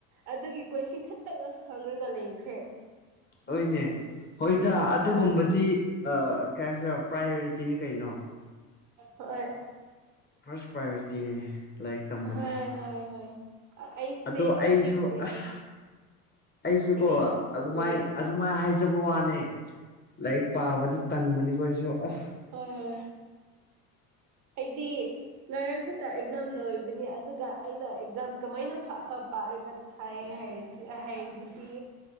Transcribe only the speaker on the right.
ꯑꯗꯨꯒꯤ ꯀꯣꯏꯁꯟ ꯈꯛꯇ ꯍꯪꯉꯒ ꯂꯩꯈ꯭ꯔꯦ
ꯍꯣꯏ
ꯍ
ꯍꯣꯏ
ꯍꯣꯏ ꯍꯣꯏ ꯍꯣꯏ ꯑꯩꯁꯦ
ꯍꯧꯖꯤꯛꯁꯦ
ꯀꯔꯤ
ꯎꯝ
ꯍꯣꯏ ꯍꯣꯏ ꯑꯩꯗꯤ ꯉꯔꯥꯡ ꯈꯛꯇ ꯑꯦꯛꯖꯥꯝ ꯂꯣꯏꯕꯅꯤ ꯑꯗꯨꯒ ꯑꯩꯅ ꯑꯦꯛꯖꯥꯝ ꯀꯃꯥꯏꯅ ꯄꯥꯔꯒ ꯊꯥꯏ ꯍꯥꯏꯔꯤꯁꯤꯕꯨꯗꯤ